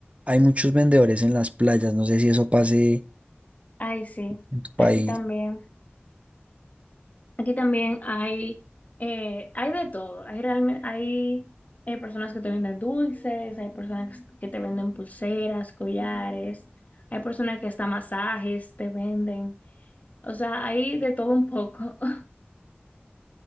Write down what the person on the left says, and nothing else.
Ay, sí,
aquí
también. Aquí también hay, eh, hay de todo. Hay, realmente, hay eh, personas que te venden dulces, hay personas que te venden pulseras, collares, hay personas que hasta masajes te venden. O sea, hay de todo un poco. <laughs>